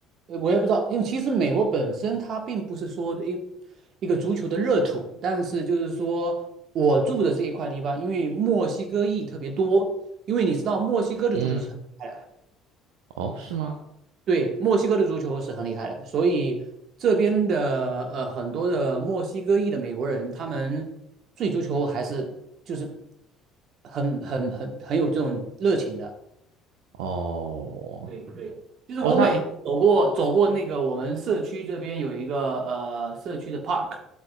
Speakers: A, on the right; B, on the right.
A: 呃我也不知道，因为其实美国本身它并不是说一一个足球的热土，但是就是说我住的这一块地方，因为墨西哥裔特别多，因为你知道墨西哥的足球是很厉害的
B: <laughs> 嗯，哦，是吗？
A: 对，墨西哥的足球是很厉害的，所以这边的呃很多的墨西哥裔的美国人，他们对足球还是就是很很很很有这种热情的。
B: 哦
A: 对对，就是我每天走过走过那个我们社区这边有一个呃社区的
B: 哦，那
A: park，